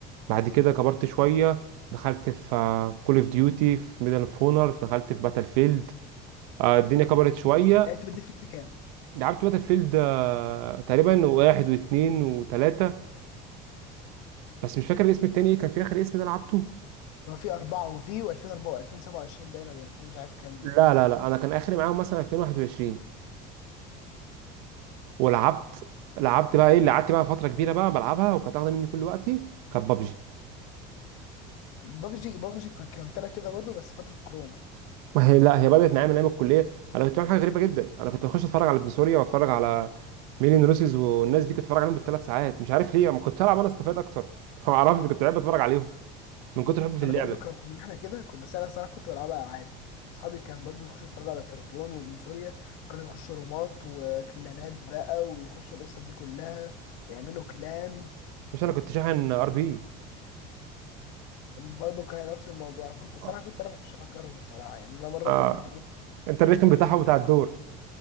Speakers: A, on the right (about 85°); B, on the left (about 75°).
A: بعد كده كبرت شويه دخلت في كول اوف ديوتي في ميدل اوف اونر دخلت في باتل فيلد آه، الدنيا كبرت شويه
B: يعني انت بتضيف لي كام؟
A: لعبت باتل فيلد آه، تقريبا واحد واثنين وثلاثه بس مش فاكر الاسم التاني ايه كان في اخر اسم ده لعبته
B: ما في 4 وفي و2004 و2027 باين ولا 2000 مش عارف كام
A: لا
B: دي
A: لا لا انا كان اخري معاهم مثلا 2021 ولعبت لعبت بقى ايه اللي قعدت بقى فتره كبيره بقى بلعبها وكانت واخده مني كل وقتي كانت بابجي
B: بابجي بابجي كنت كنت انا كده برضو بس فترة كورونا
A: ما هي لا هي بدات معايا من ايام الكليه انا كنت بعمل حاجه غريبه جدا انا كنت بخش اتفرج على ابن سوريا واتفرج على ميلين روسيز والناس دي كنت اتفرج عليهم بالثلاث ساعات مش عارف ليه ما كنت العب انا استفاد اكتر <laughs> ما اعرفش كنت بحب اتفرج عليهم من كتر حبي في
B: انا
A: اللعبه
B: برضو كان كنا احنا كده كنت بس انا الصراحة كنت بلعبها عادي اصحابي كان برضو يخشوا يتفرجوا على تربون وابن سوريا وكانوا يخشوا رومات وكلانات بقى ويخشوا القصة دي كلها ويعملوا كلان
A: مش انا كنت شاحن ار بي
B: برضو كان نفس الموضوع انا كنت الصراحة
A: اه
B: كنت انا بخش افجرهم الصراحة يعني انا مرة
A: آه،
B: فاكر في جيم
A: انت
B: كنت
A: الريتم
B: فاكر
A: بتاعها
B: في جيم
A: بتاع الدور